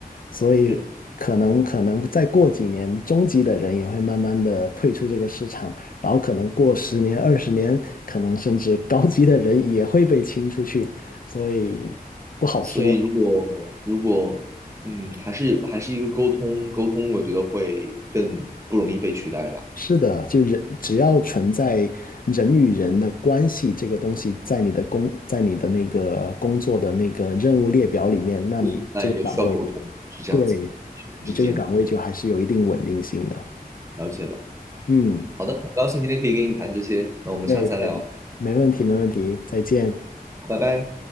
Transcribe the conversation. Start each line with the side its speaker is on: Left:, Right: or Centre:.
Left: 所以可能可能再过几年，
Right: 是，
Left: 中级的人也会慢慢的退出这个市场。然后可能过十年、二十年，可能甚至高级的人也会被清出去，所以不好说。
Right: 所以如果如果嗯，还是还是一个沟通沟通，我觉得会更不容易被取代吧，
Left: 是的，就人只要存在人与人的关系这个东西，在你的工，在你的那个工作的那个任务列表里面，那你这个岗位，
Right: 不存在也需要沟通，是这样子，
Left: 对，
Right: 人之间，
Left: 你这个岗位就还是有一定稳定性的。
Right: 嗯，了解了。
Left: 嗯，
Right: 好的，很高兴今天可以跟你谈这些，那我们下次再聊，
Left: 对对，没问题，没问题，再见。
Right: 拜拜。